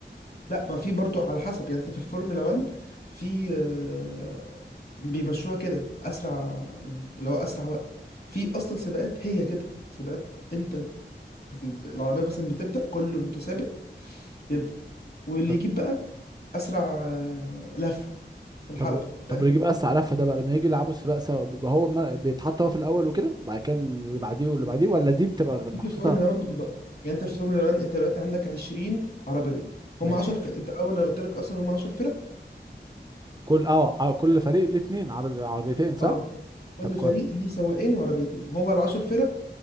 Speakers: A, on the left; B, on the right.
A: لا ما في برضو على حسب يعني انت في الفورمولا 1 في آه، بيمشوها كده اسرع يعني اللي هو اسرع وقت في اصلا سباقات هي كده سباقات انت بت... العربيه مثلا بتبدا كل متسابق يبدا واللي
B: طب
A: يجيب بقى اسرع آه، لفه في الحلبه
B: طب
A: فاهم
B: طب واللي يجيب اسرع لفه ده بقى لما يجي يلعبوا السباق سوا بيبقى هو الم- بيتحط هو في الاول وكده وبعد كده اللي بعديه واللي بعديه ولا دي بتبقى محطوطه
A: دي في الفورمولا 1 بتبقى يعني انت في الفورمولا 1 انت دلوقتي عندك 20 عربيه هم
B: ماشي
A: 10 فرق انت اول انا قلت لك اصلا هم 10 فرق
B: كل اه ع- كل فريق ليه اتنين عرب- عربيتين صح
A: اه كل
B: طب كويس
A: فريق ليه سواقين وعربيتين هو ال 10 فرق